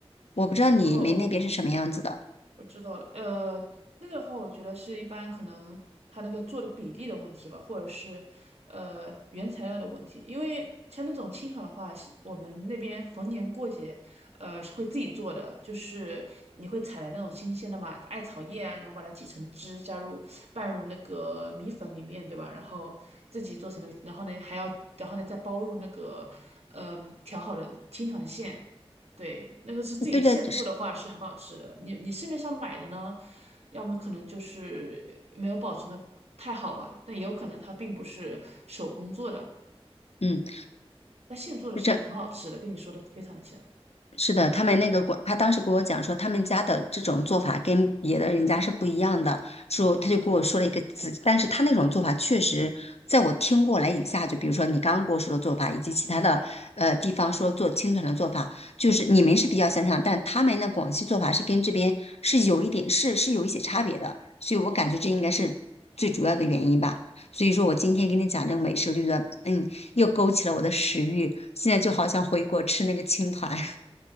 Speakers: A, on the left; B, on the right.
A: 我不知道你们那边是什么样子的。
B: 哦哦，我知道了，呃，那个的话，我觉得是一般可能它那个做的比例的问题吧，或者是呃原材料的问题。因为像那种青团的话，是我们那边逢年过节，呃是会自己做的，就是你会采来那种新鲜的嘛，艾草叶啊，然后把它挤成汁，加入拌入那个米粉里面，对吧？然后自己做成那个，然后呢还要，然后呢再包入那个嗯、调好的青团馅。对，那个是自己现做的话是很好吃的。
A: 对的，就是
B: 你你市面上买的呢，要么可能就是没有保存的太好吧，但也有可能它并不是手工做的，
A: 嗯，
B: 那现做的是很好吃的，
A: 就这
B: 跟你说的非常的像。
A: 是的，他们那个广，他当时跟我讲说，他们家的这种做法跟别的人家是不一样的。说他就跟我说了一个词，但是他那种做法确实，在我听过来以下，就比如说你刚刚跟我说的做法，以及其他的呃地方说做青团的做法，就是你们是比较相像，但他们的广西做法是跟这边是有一点是是有一些差别的，所以我感觉这应该是最主要的原因吧。所以说我今天跟你讲这个美食，我就觉得嗯，又勾起了我的食欲，现在就好像回国吃那个青团。